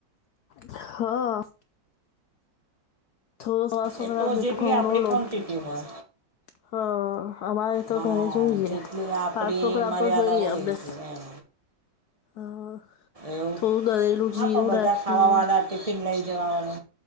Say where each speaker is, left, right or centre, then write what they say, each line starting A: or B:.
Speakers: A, on the left; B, on the right.
A: હા થોડો પાંચસો
B: એ
A: ગ્રામ
B: તો જેટલી
A: ઘઉંનો
B: આપણી
A: લોટ
B: ક્વોન્ટિટી
A: છે
B: હોય
A: હ અમારે તો
B: હા
A: ઘરે જોઈ છે
B: જેટલી આપણી
A: પાંચસો ગ્રામ
B: મર્યાદા
A: તો જોઈએ
B: હોય
A: અમણે
B: એટલી એમ
A: હા
B: એવું
A: થોડું દહીં નું
B: હા
A: જીરું
B: પણ
A: નાખી
B: બધા ખાવાવાળા ટિફિન લઈ જવા વાળો